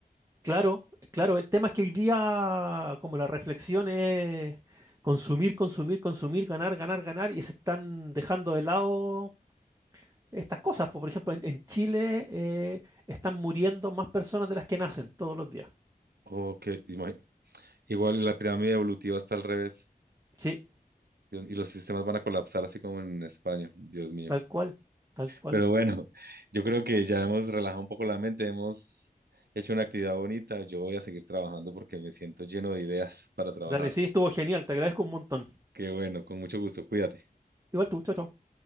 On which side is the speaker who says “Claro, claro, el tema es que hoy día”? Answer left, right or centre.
Right